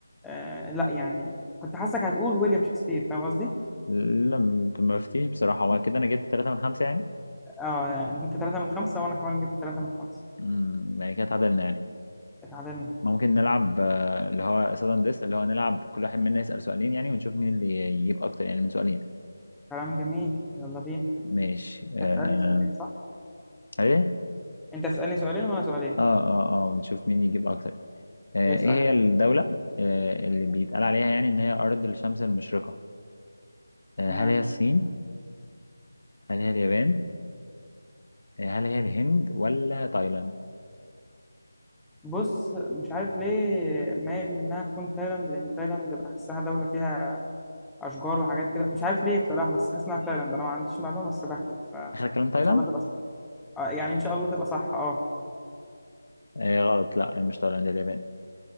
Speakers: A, in the centre; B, on the left (about 60°).
A: آه، لا يعني كنت حاسسك هتقول ويليام شكسبير فاهم قصدي؟
B: لا ما فتيش بصراحة هو كده انا جبت 3 من 5 يعني
A: اه انت ثلاثة من خمسة وانا كمان جبت ثلاثة من خمسة
B: امم يعني كده اتعادلنا يعني
A: اتعادلنا
B: ممكن نلعب آه، اللي هو سادن ديس اللي هو نلعب كل واحد منا يسأل سؤالين يعني ونشوف مين اللي يجيب اكتر يعني من سؤالين
A: كلام جميل يلا بينا
B: ماشي آه...
A: انت تسألني سؤالين صح؟
B: ايه
A: انت تسألني سؤالين وانا سؤالين
B: اه اه اه ونشوف مين يجيب اكتر آه...
A: ايه اسأل
B: ايه هي
A: يا معلم.
B: الدولة آه... اللي
A: ايوه
B: بيتقال عليها يعني ان هي ارض الشمس المشرقة آه...
A: تمام
B: هل هي الصين هل هي اليابان آه... هل هي الهند ولا تايلاند
A: بص مش عارف ليه مايل انها تكون تايلاند لان تايلاند بحسها دولة فيها اشجار وحاجات كده مش عارف ليه بصراحة بس حاسس انها تايلاند انا ما عنديش معلومة بس بهبت ف ان
B: اخر كلام تايلاند
A: شاء الله تبقى صح آه يعني ان شاء الله تبقى صح اه
B: آه... غلط لا يعني مش تايلاند اليابان